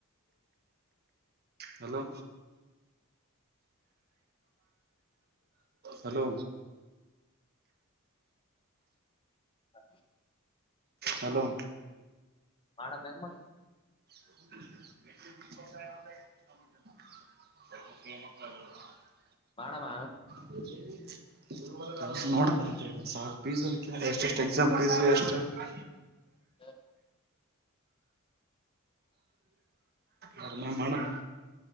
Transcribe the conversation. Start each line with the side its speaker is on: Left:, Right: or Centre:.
Right: ಹಲೋ ಹಲೋ
Left: ಹಾ
Right: ಹಲೋ
Left: ಮಾಡಡ ಮ ಮಾಡ <unintelligible>
Right: <unintelligible> <inaudible>
Left: ಮಾಡಡಮ್ಮ
Right: ಹ <unintelligible> ನೋಡಕ್ ಮಂತ ಪಿಳ ಎಷ್ಟ ಎಷ್ಟ ಎಕ್ಸಾಮ್ ಪೀ ಎಷ್ಟು <unintelligible>
Left: ಹ
Right: ಯ ನ ಮೇಡ <unintelligible>